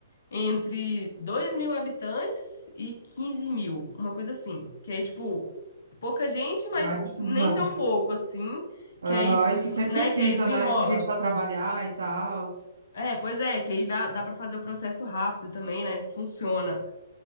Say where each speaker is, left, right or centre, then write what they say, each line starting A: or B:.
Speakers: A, on the left; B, on the right.
A: entre 2 mil habitantes e 15 mil, uma coisa assim. Que aí, tipo, pouca gente, mas
B: Vai precisar.
A: nem tão pouco assim.
B: Aham,
A: Que aí,
B: E que sempre
A: né?
B: precisa,
A: Que aí desenrola.
B: né? De gente para trabalhar e tal.
A: É, pois é, que aí dá, dá para fazer o processo rápido também, né? Funciona.